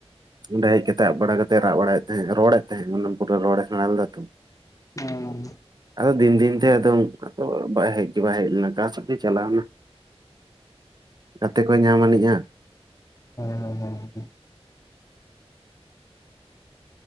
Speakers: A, on the right (about 40°); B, on the left (about 30°).
A: ᱚᱸᱰᱮ ᱦᱮᱡ ᱠᱟᱛᱮᱜ ᱟᱵ ᱵᱟᱲᱟ ᱠᱟᱛᱮᱭ ᱨᱟᱜ ᱵᱟᱲᱟᱭᱮᱫ ᱛᱟᱦᱮᱸᱜ ᱨᱚᱲᱮᱫ ᱛᱟᱦᱮᱸᱜ ᱚᱱᱟ ᱯᱚᱨᱮ ᱨᱚᱲᱮ ᱥᱮᱬᱟ ᱞᱮᱫᱟᱛᱚ᱿
B: ᱦᱮᱸ
A: ᱟᱫᱚ ᱫᱤᱱ ᱫᱤᱱ ᱛᱮ ᱟᱫᱚ ᱩᱱᱠᱩ ᱚᱲᱟᱜ ᱫᱚ ᱵᱟᱭ ᱦᱮᱡ᱿ ᱪᱮᱵᱟᱭ ᱦᱮᱡ ᱞᱮᱱᱟ ᱚᱠᱟ ᱥᱮᱫ ᱜᱮ ᱪᱟᱞᱟᱣᱱᱟ ᱜᱟᱛᱮ ᱠᱚ ᱧᱟᱢ ᱟᱹᱱᱤᱡᱼᱟ᱿
B: ᱦᱮᱸ ᱦᱮᱸᱸ